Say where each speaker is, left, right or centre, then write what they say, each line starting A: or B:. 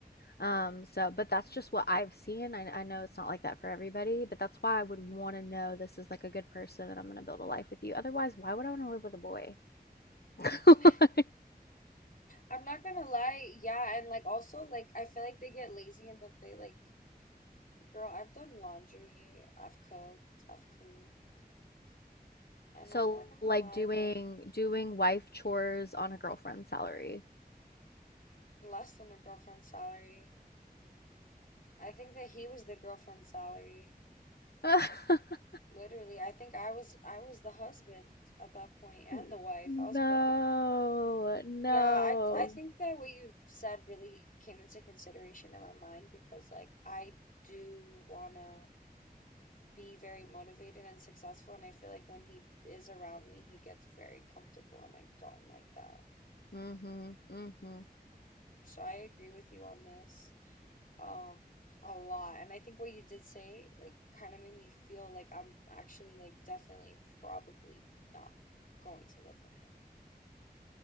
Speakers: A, on the left; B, on the left.
A: Um, so, but that's just what I've seen. I, I know it's not like that for everybody, but that's why I would want to know this is like a good person and I'm going to build a life with you. Otherwise, why would I want to live with a boy? <laughs>
B: <laughs>
A: Like,
B: I'm not gonna lie, yeah, and like also like I feel like they get lazy and then they like, girl, I've done laundry, I've cooked, I've cleaned, and
A: So
B: I'm not gonna
A: like
B: lie,
A: doing
B: like
A: doing wife chores on a girlfriend's salary.
B: less than a girlfriend's salary. I think that he was the girlfriend's salary.
A: <laughs> <laughs>
B: Literally, I think I was I was the husband at that point and
A: N
B: the wife. I was
A: No,
B: both.
A: no.
B: Yeah, I I think that what you've said really came into consideration in my mind because like I do wanna be very motivated and successful and I feel like when he is around me he gets very comfortable and I don't like that.
A: Mhm, mhm,
B: So I agree with you on this um a lot and I think what you did say like kind of made me feel like I'm actually like definitely probably not going to live with him.